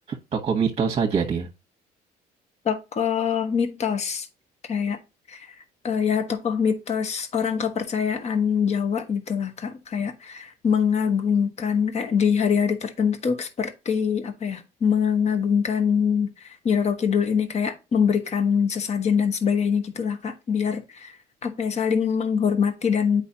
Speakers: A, on the right; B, on the left.
A: tokoh mitos saja dia?
B: tokoh mitos kayak eh, ya tokoh mitos orang kepercayaan Jawa gitu lah Kak kayak mengagungkan kayak di hari-hari tertentu tuh seperti apa ya mengagungkan Nyiroro Kidul ini kayak memberikan sesajen dan sebagainya gitulah Kak biar apa ya saling menghormati dan